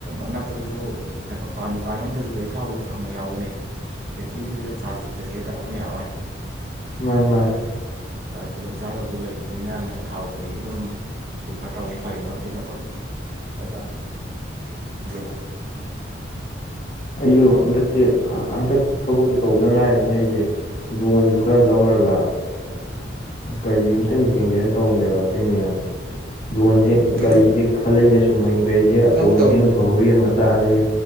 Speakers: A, on the right (about 55°); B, on the left (about 40°).
A: ꯑꯅꯛꯄꯗꯁꯨ ꯀꯩꯅꯣ ꯄꯥꯟ ꯗꯨꯀꯥꯟ ꯑꯃꯝꯗꯁꯨ ꯀꯔꯤ ꯊꯥꯎꯗ ꯊꯪꯕ ꯌꯥꯎꯒꯅꯦ ꯕꯦꯇ꯭ꯔꯤꯗꯨꯗꯤ ꯅꯪ ꯆꯥꯔꯖ ꯇꯧꯖꯒꯦꯗ ꯀꯅꯥꯝꯅ ꯌꯥꯔꯣꯏ
B: ꯃꯥꯥꯏ ꯃꯥ
A: ꯈꯨꯗꯣꯡꯆꯥꯥꯗꯕꯗꯣ ꯂꯩꯕꯅꯤꯅ ꯅꯪ ꯊꯥꯎ ꯀꯔꯤꯗꯨꯣ ꯑꯗꯨꯝ ꯔꯤꯐꯔ ꯇꯧꯕ ꯑꯃ ꯐꯔꯤꯕ꯭ꯔꯥ ꯍꯧꯖꯤꯛ ꯃꯇꯝ ꯍꯥꯏꯇꯥꯔꯦ ꯌꯦꯣ
B: ꯑꯩꯁꯨ ꯍꯟꯗꯛꯀꯤ ꯍꯟꯗꯛ ꯊꯕꯛꯛꯇꯨ ꯇꯧꯕꯗ ꯉꯥꯏꯔꯕꯃꯤꯅ ꯑꯩꯁꯦ ꯂꯣꯟꯁꯨ ꯈꯔ ꯂꯧꯔꯒ ꯑꯣ ꯒꯥꯔꯤ ꯑꯃꯇꯪ ꯌꯦꯡꯁꯦꯅ ꯇꯧꯕꯅꯦꯕ ꯑꯗꯨꯏꯅꯦ ꯌꯥꯝ ꯂꯣꯟꯁꯦ
A: ꯌꯦꯡꯉꯨ
B: ꯒꯥꯔꯤꯁꯦ ꯈꯜꯂꯛꯏꯩꯅ ꯁꯨꯝꯃꯩ ꯒꯥꯔꯤꯁꯦ ꯑꯆꯧꯕ
A: ꯊꯕꯛ ꯇꯧ
B: ꯐꯧꯒꯤ ꯃꯆꯥ ꯂꯩ